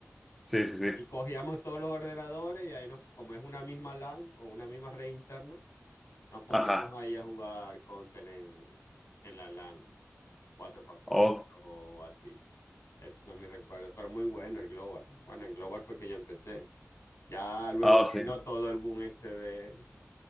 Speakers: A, in the centre; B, on the left (about 75°).
A: Sí, sí, sí.
B: y cogíamos todos los ordenadores y ahí nos, como es una misma LAN o una misma red interna, nos poníamos
A: Ajá.
B: ahí a jugar Counter en, en la LAN, cuatro x cuatro
A: Oh,
B: o así. Estos son mis recuerdos, pero muy bueno el Global. Bueno, en Global fue que yo empecé. Ya luego
A: ah, sí.
B: vino todo el boom este de,